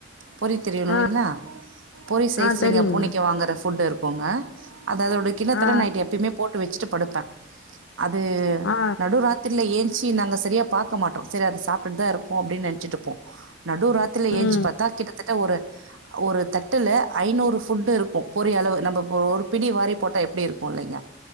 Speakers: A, on the right; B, on the left.
A: பொரி தெரியணும்
B: ஆ
A: இல்லைங்களா பொரி சைஸ்லங்க
B: ஆ தெரியுங்க
A: பூனைக்கு வாங்குற ஃபுட் இருக் போங்க அது அதோட கிண்ணத்தல
B: ஆ
A: நைட் எப்பயுமே போட் ட்டு வச்சுட்டு படுப்பேன் அது
B: ஆ
A: நடுராத்திரில ஏஞ் ச்சீ நாங்க செரியா பாக்க மாட்டோம் செரி அத சாப்ட்டுட்டு தான் இருக்கோம் அப்டின்னு நெனைச்சிட்டு இருப்போம் நடுராத்திரில ஏஞ்சு
B: ம்
A: பாத்தா கிட்டத்தட்ட ஒரு ஒரு தட்டுல ஐநூறு ஃபுட்டு இருக்கும் பொரி அளவு நம்ம இப்ப ஒரு பிடி வாரி போட்டா எப்படி இருக்கும் இல்லைங்க